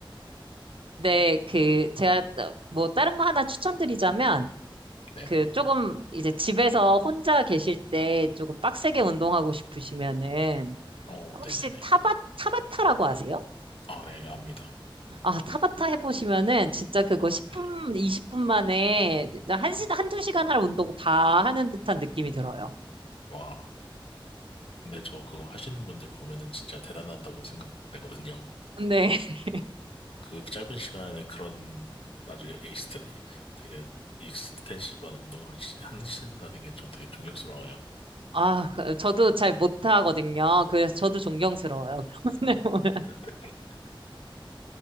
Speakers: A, on the right; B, on the left.
A: 네, 그, 제가 뭐 다른 거 하나 추천드리자면,
B: 네네.
A: 그 조금 이제 집에서 혼자 계실 때 조금 빡세게 운동하고 싶으시면은
B: 어,
A: 혹시
B: 네네네.
A: 타바 타바타라고 아세요?
B: 아, 네, 압니다.
A: 아, 타바타 해보시면은 진짜 그거 10분,
B: 네.
A: 20분 만에 한 시, 한두 시간 할 운동 다 하는 듯한 느낌이 들어요.
B: 와. 근데 저 그거 하시는 분들 보면은 진짜 대단하다고 생각되거든요.
A: 근데 <laughs>
B: 그 짧은 시간에 그런 아주 익스테, 되게 익스텐시브한 운동을 시- 하신다는 게 전 되게 존경스러워요.
A: 아, 그- 저도 잘 못하거든요. 그래서 저도 존경스러워요. <laughs> 그런 분들 보면.
B: <laughs>